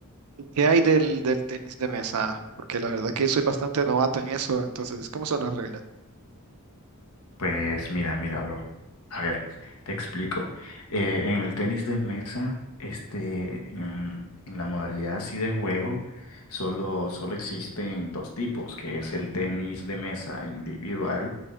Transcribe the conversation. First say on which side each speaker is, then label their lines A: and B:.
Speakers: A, on the right (about 80°); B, on the left (about 70°).
A: ¿Qué hay del, del tenis de mesa? Porque la verdad que soy bastante novato en eso, entonces, ¿cómo son las reglas?
B: Pues mira, mira, bro. A ver, te explico. Eh, en el tenis de mesa, este, en, en la modalidad así de juego, solo, solo existen dos tipos, que es el tenis de mesa individual